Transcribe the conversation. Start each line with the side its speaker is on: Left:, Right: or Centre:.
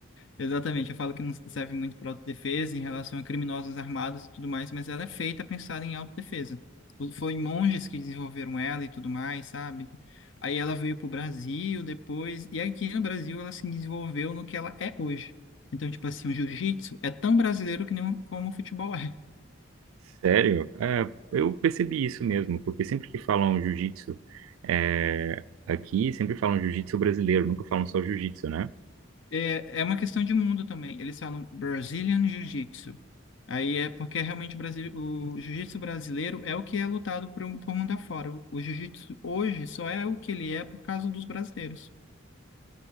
Left: Exatamente, eu falo que não serve muito para autodefesa em relação a criminosos armados e tudo mais, mas ela é feita pensada em autodefesa. O- Foi monges que desenvolveram ela e tudo mais, sabe? Aí ela veio pro Brasil depois, e aqui no Brasil ela se desenvolveu no que ela é hoje. Então, tipo assim, o jiu-jitsu é tão brasileiro que nem o- como o futebol é.
Right: Sério? É, eu percebi isso mesmo, porque sempre que falam jiu-jitsu, é, aqui, sempre falam jiu-jitsu brasileiro, nunca falam só jiu-jitsu, né?
Left: É, é uma questão de mundo também. Eles falam Brazilian Jiu-Jitsu. Aí é porque realmente o, Brasi- o jiu-jitsu brasileiro é o que é lutado por, um- por mundo afora. O, o jiu-jitsu hoje só é o que ele é por causa dos brasileiros.